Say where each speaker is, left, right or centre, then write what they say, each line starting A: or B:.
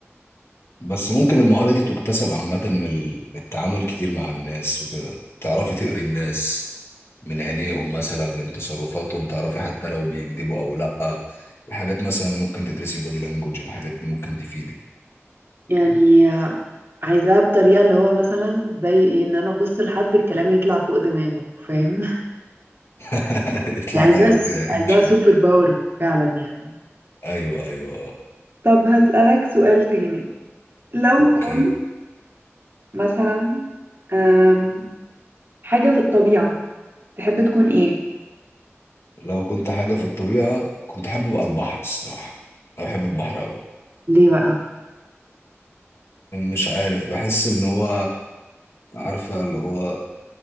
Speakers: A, on the left; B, on the right.
A: بس ممكن المهارة دي تكتسب عامة من ال- من التعامل كتير مع الناس وكده تعرفي تقري الناس من عينيهم مثلا من تصرفاتهم تعرفي حتى لو بيكذبوا او لا الحاجات مثلا ممكن تدرسي بودي لانجوج الحاجات دي ممكن تفيدك
B: يعني عايزاها بطريقة اللي هو مثلا زي ايه ان انا ابص لحد الكلام يطلع فوق دماغه فاهم <laughs>
A: <laughs> اطلع
B: يعني عايزاها
A: دايلوج كده اكيد
B: عايزاها
A: مش كده
B: سوبر باور فعلا يعني
A: ايوه ايوه آه.
B: طب هسألك سؤال تاني لو
A: اوكي
B: كنت مثلا أم، حاجة في الطبيعة تحب تكون ايه؟
A: لو كنت حاجة في الطبيعة كنت احب ابقى البحر الصراحة انا بحب البحر قوي
B: ليه بقى
A: مش عارف بحس ان هو عارفة اللي هو